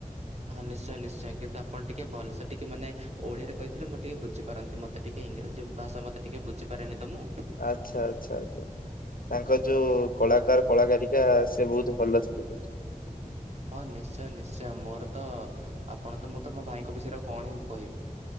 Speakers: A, on the right; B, on the left.
A: ହଁ ନିଶ୍ଚୟ ନିଶ୍ଚୟ କିନ୍ତୁ ଆପଣ ଟିକେ ଭଲସେ ଟିକେ ମାନେ ଓଡିଆରେ କହିଥିଲେ ମୁଁ ଟିକେ ବୁଝିପାରନ୍ତି ମତେ ଟିକେ ଇଂରାଜୀ ଭାଷା ମତେ ଟିକେ ବୁଝିପାରେନି ତ ମୁଁ।
B: ଆଚ୍ଛା ଆଚ୍ଛା ଆଛା। ତାଙ୍କ ଯୋଉ କଳାକାର କଳାକାରିକା ସେ ବହୁତ ଭଲ ଥିଲେ।
A: ହଁ ନିଶ୍ଚୟ ନିଶ୍ଚୟ ମୋର ତ ଆପଣ ତ ମୁଁ ତ ମୋ ଭାଇଙ୍କ ବିଷୟରେ ଆଉ କଣ ହେବି।